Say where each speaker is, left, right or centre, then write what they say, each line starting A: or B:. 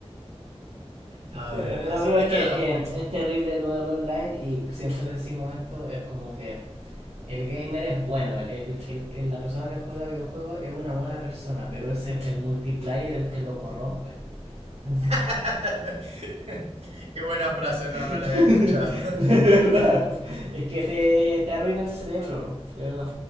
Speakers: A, on the right; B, on the right.
A: A
B: Pero,
A: ver,
B: pero,
A: así
B: bro,
A: que
B: es
A: nada,
B: que
A: por
B: eh,
A: ejemplo.
B: es terrible lo del online y siempre decimos esto, es como que el gamer es bueno, el, el- el- el- la persona que juega videojuegos es una buena persona, pero es el, el multiplayer el que lo corrompe. <laughs>
A: <laughs> Qué buena frase,
B: <laughs>
A: no, no
B: de
A: la había escuchado.
B: verdad. Es que te, te arruina el cerebro, bro. De verdad.